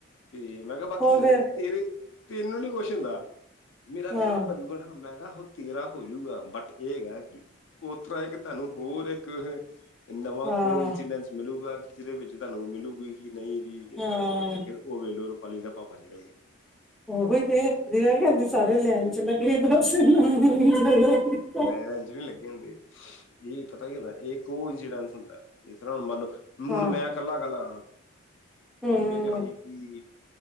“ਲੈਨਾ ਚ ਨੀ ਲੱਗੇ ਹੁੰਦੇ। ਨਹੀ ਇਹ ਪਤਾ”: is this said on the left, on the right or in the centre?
Left